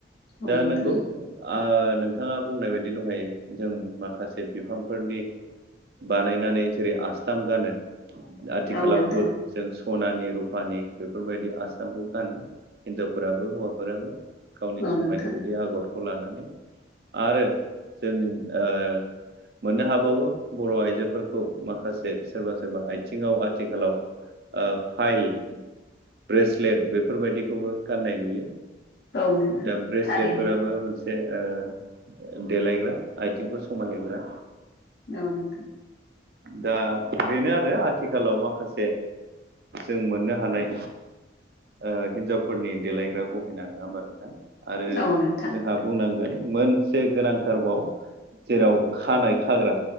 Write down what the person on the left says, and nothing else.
औ
नोंथां
औ नोंथां
औ
नोंथां
औ नोंथां
थारैनो
औ नोंथां
औ नोंथां